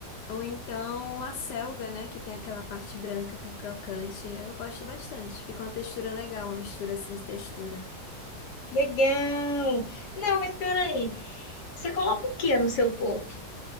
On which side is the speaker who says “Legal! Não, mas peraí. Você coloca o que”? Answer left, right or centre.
Left